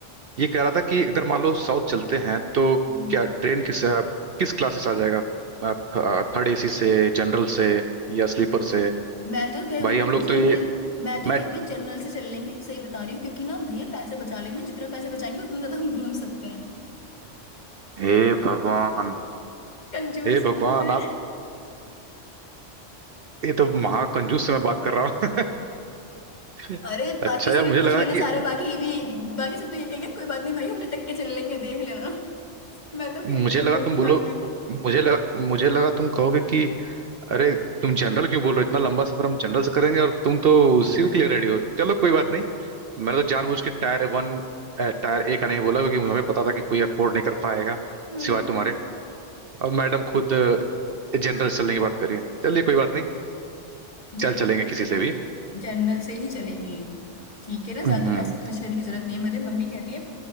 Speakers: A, on the right; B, on the left.
A: ये कह रहा था कि अगर मान लो साउथ चलते हैं तो
B: हम्म।
A: क्या ट्रेन किस अ, किस क्लास से चला जाएगा अ, थ- थर्ड एसी से जनरल से या स्लीपर से
B: मैं तो कह रही
A: भाई
B: हूँ
A: हम
B: ना
A: लोग
B: जनरल
A: तो ये
B: मैं तो
A: मैं
B: कहती हूँ जनरल से चल लेंगे सही बता रही हूँ क्योंकि ना भैया पैसे बचा लेंगे जितने पैसे बचाएंगे उतने ज्यादा हम घूम सकते हैं
A: हे भगवान
B: कंजूस
A: हे भगवान
B: हूँ ना मैं
A: आप
B: <laughs>
A: ये तो महाकंजूस से मैं बात कर रहा हूँ <laughs>
B: अरे बाकी
A: अच्छा
B: से
A: यार
B: भी
A: मुझे
B: पूछ
A: लगा
B: लेना सारे
A: कि
B: बाकी ये भी बाकी सब तो ये कहेंगे कोई बात नहीं भाई हम लटक के चल लेंगे देख लेना <laughs> मैं तो फिर
A: मुझे
B: भी जनरल
A: लगा तुम
B: की
A: बोलो
B: बात कर रही
A: मुझे लगा मुझे लगा तुम कहोगे कि अरे तुम जनरल क्यों बोल रहे हो इतना लंबा सफर हम जनरल से करेंगे और तुम तो उसी के लिए रेडी हो चलो कोई बात नहीं मैंने तो जानबूझ के टायर वन अ, टायर ए का नहीं बोला क्योंकि हमें पता था कि कोई अफोर्ड नहीं कर पाएगा
B: हूँ
A: सिवाय तुम्हारे और मैडम खुद अ, जनरल चलने की बात कर रही है चलिए कोई बात नहीं
B: जनरल
A: चल चलेंगे किसी से भी
B: जनरल से ही चलेंगे ठीक है ना ज्यादा
A: हम्म
B: पैसे खर्च करने की जरूरत नहीं है मेरे मम्मी कहती है